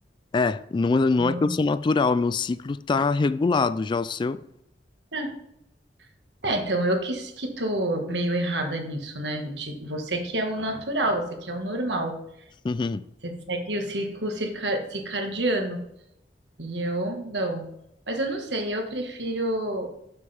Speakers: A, on the left; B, on the right.
A: É, não, é- não
B: Eu.
A: é que eu sou natural, meu ciclo tá regulado, já o seu.
B: é. É, então eu que, s- que tô meio errada nisso, né? De- você que é o natural, você que é o normal.
A: <laughs>
B: Você segue o ciclo circa- circadiano. E eu não. Mas eu não sei, eu prefiro.